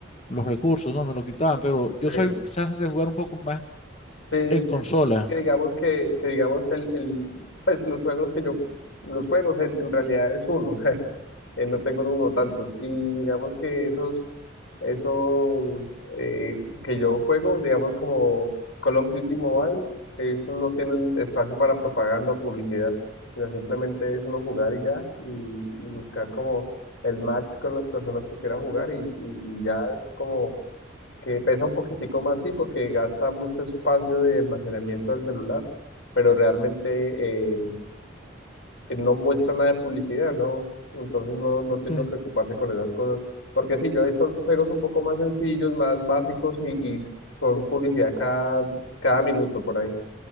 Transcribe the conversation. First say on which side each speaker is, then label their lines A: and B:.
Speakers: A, on the left (about 35°); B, on the left (about 75°).
A: los recursos, no me lo quitaban, pero yo
B: Sí,
A: soy quizás de jugar un poco más
B: sí, es
A: en consola.
B: es que digamos que, que digamos el, el, pues los juegos que yo, los juegos en, en realidad es uno, <laughs> eh, no tengo como tantos. Y digamos que esos, esos eh, que yo juego, digamos como Call of Duty Mobile, estos no tienen espacio para propaganda o publicidad, sino simplemente es uno jugar y ya, y, y buscar como el match con las personas que quiera jugar y, y, y ya es como que pesa un poquitico más, sí, porque gasta mucho espacio de almacenamiento del celular, pero realmente... eh, eh, no muestra nada de publicidad, ¿no? Entonces no, no tiene
A: Sí.
B: que ocuparse con esas cosas. Porque sí, yo he visto juegos un poco más sencillos, más básicos y, y son publicidad cada, cada minuto por ahí.